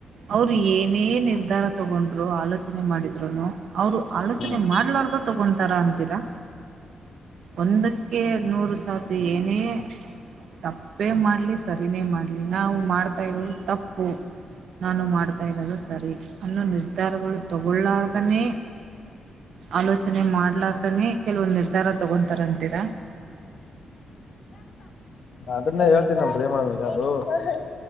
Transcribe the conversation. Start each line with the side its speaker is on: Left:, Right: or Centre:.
Right: ಅವರು ಏನೇ ನಿರ್ಧಾರ ತಗೊಂಡ್ರು ಆಲೋಚನೆ ಮಾಡಿದ್ರುನು ಅವರು ಆಲೋಚನೆ
Left: ಹ್ಮ್
Right: ಮಾಡ್ಲಾರ್ದ ತಗೊಂತಾರ ಅಂತೀರಾ. ಒಂದಕ್ಕೆ ನೂರು ಸಾತಿ ಏನೇ. ತಪ್ಪೇ ಮಾಡ್ಲಿ ಸರಿನೇ ಮಾಡ್ಲಿ ನಾವು ಮಾಡ್ತಾ ಇರೋದು ತಪ್ಪು. ನಾನು ಮಾಡ್ತಾ ಇರೋದು ಸರಿ. ಅನ್ನ ನಿರ್ಧಾರಗಳು ತಗೊಳ್ಲಾರದನೆ ಆಲೋಚನೆ ಮಾಡ್ಲಾರದನೇ ಕೆಲವೊಂದು ನಿರ್ಧಾರ ತೊಗೊತಾರ ಅಂತೀರಾ.
Left: ಅದನ್ನೇ ಹೇಳ್ತೀನಿ ನಮ್ಮ. <unintelligible>